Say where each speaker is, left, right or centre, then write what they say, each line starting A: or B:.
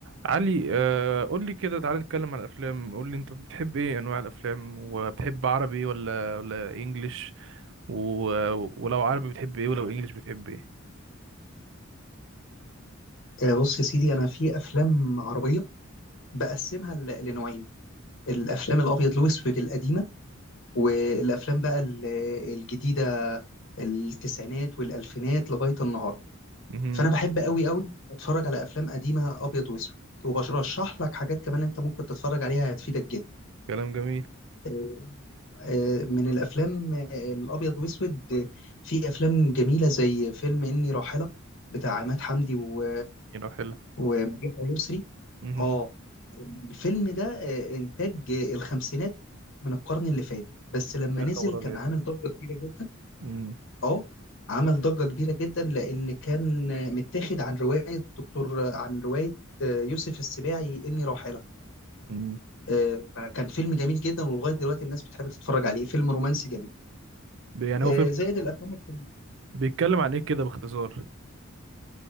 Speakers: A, on the right; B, on the left.
A: علي آه قول لي كده تعالى نتكلم عن الافلام قول لي انت بتحب ايه انواع الافلام وبتحب عربي ولا ولا انجليش و... ولو عربي بتحب ايه ولو انجليش بتحب ايه
B: آه، بص يا سيدي انا في افلام عربيه بقسمها ل- لنوعين الافلام الابيض الاسود القديمه والافلام بقى ال- الجديده التسعينات والالفينات لغايه النهارده
A: امم
B: فانا بحب قوي قوي اتفرج على افلام قديمه ابيض واسود وبرشح لك حاجات كمان انت ممكن تتفرج عليها هتفيدك جدا
A: كلام جميل
B: آه، آه، من الافلام آه، الابيض واسود آه، في افلام جميله زي فيلم اني راحله بتاع عماد حمدي و-
A: يلا حلو
B: ومديحه يسري
A: امم
B: اه الفيلم ده آه، انتاج آه، الخمسينات من القرن اللي فات بس لما
A: يا
B: نزل
A: خبر ابيض
B: كان عامل ضجة كبيرة جدا
A: امم
B: اه عمل ضجة كبيرة جدا لان كان آه، متاخد عن رواية دكتور آه، عن رواية آه، يوسف السباعي إني راحلة
A: أمم.
B: آه، فكان فيلم جميل جدا ولغاية دلوقتي الناس بتحب تتفرج عليه فيلم رومانسي جميل
A: ب- يعني
B: آه،
A: هو فيلم
B: زائد الأفلام الكوميدية.
A: بيتكلم عن ايه كده باختصار